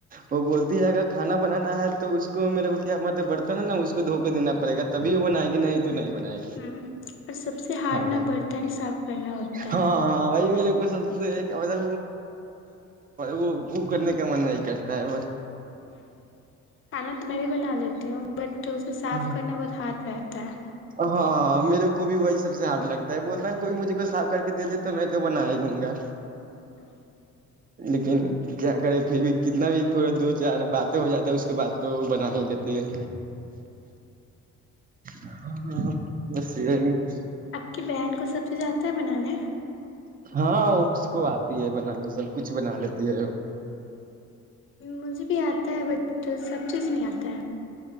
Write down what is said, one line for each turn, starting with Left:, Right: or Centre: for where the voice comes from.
Right: وہ بولتی ہے اگر کھانا بنانا ہیں تو اس کو میرے کو کیا مب برتن ہے نا اس کو دھو کے دینا پڑے گا تبھی وہ بنائے گی نہیں تو نہیں بنائے گی
Left: ہم اور سب سے ہارڈ
Right: ہاں
Left: نہ برتن ہی صاف کرنا ہوتا
Right: ہاں
Left: ہے
Right: ہاں <unintelligible> کیا بھای وہ وہ کرنے کا من نہیں کرتا ہیں
Left: ہم کھانا تو میں بھی بنا لیتی ہوں بٹ اسے صاف
Right: ہاں
Left: کرنا بہت ہاٹ رہتا ہیں
Right: ہاں میرے کو بھی وہی سب سے ہٹ لگتا ہے بولتا ہے کوئی مجھے کوئی صاف کر کے دے دے تو میں تو بنا ہی ہوں گا
Left: ہ <unintelligible>
Right: لیکن کیا کریں پھر بھی کتنا بھی تھوڑا دو چار باتیں ہو جاتا ہے اس کے بعد تو بنا کرتی ہے ہاں بس ا
Left: اپ کی بہن کو سب سے زیادہ کت بنانان ہے
Right: تھا اس کو اتی ہے بنانے سب کچھ بنا لیتی ہے
Left: مجھے بھی اتا ہے با تو سب چیز میں اتا ہے